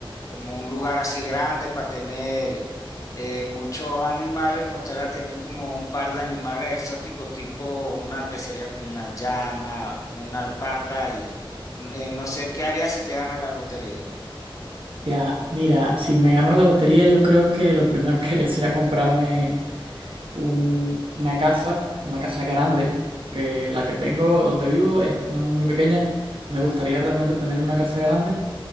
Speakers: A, on the left; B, on the right.
A: como un lugar así grande para tener eh, muchos animales. Me gustaría tener como un par de animales exóticos, tipo una que sería como una llama, una alpaca y mm, eh, no sé qué harías si te ganas la lotería.
B: ya, mira, si me gano la lotería, yo creo que lo primero que haría sería comprarme un- una casa, una casa grande, que la que tengo donde vivo es muy pequeña. Me gustaría realmente tener una casa grande